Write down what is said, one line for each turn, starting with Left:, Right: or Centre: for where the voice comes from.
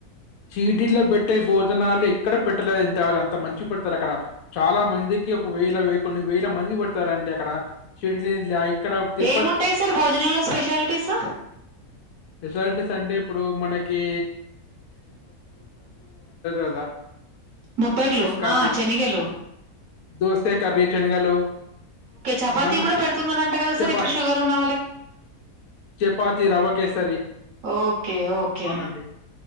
Left: చీటిలో పెట్టే భోజనాలు ఎక్కడ పెట్టలేదు ఇంతగా అంత మంచి పెడు తారు అక్కడ చాలా మందికి ఒక వేల కొన్ని వేల మందికి పెడతారండి అక్కడ షిరిడీలో ఇక్కడ తిరుపతి
Right: ఏముంటాయి సార్ భోజనంలో స్పెషాలిటీస్
Left: స్పెషాలిటీస్ అంటే ఇప్పుడు మన కే కదా
Right: బొబ్బర్లు
Left: కర్రీ
Right: ఆహా శనగలు
Left: దోసకాయ కర్రీ శనగలు
Right: చపాతీ
Left: మళ్ళీ
Right: కూడా పెడుతున్నరంట కదా సార్
Left: చపా
Right: ఇప్పుడు షుగర్ ఉన్న
Left: చపాతి రవ్వ కేసరి
Right: ఓకే ఓకే
Left: అవునండి